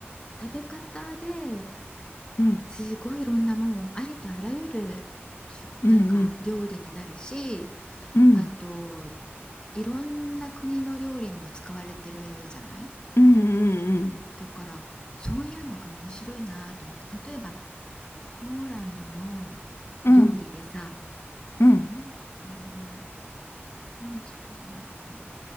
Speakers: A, on the left (about 20°); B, on the left (about 70°).
A: 食べ方で
B: うん
A: すごいいろんなもうありとあらゆるしゅなんか料理になるし
B: うんうんうん
A: あといろんな国の料理にも使われてるじゃない
B: うんうん
A: だからそういうのが面白いなと思って例えばポーランドの
B: うん
A: 料理でさ
B: うん
A: なんだっけな名前本宿じゃなくて